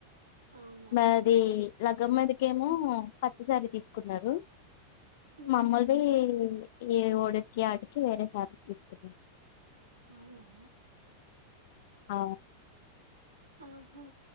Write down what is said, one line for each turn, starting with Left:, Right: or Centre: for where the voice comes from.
Right: అవునా
Left: మది లగ్గం మీదకేమో పట్టుసారి తీసుకున్నారు
Right: ఉమ్,
Left: శళ ఈ ఓడికి అటికి వేరే సారీస్ తీసుకున్నాం
Right: అవునా
Left: అ
Right: ఆహా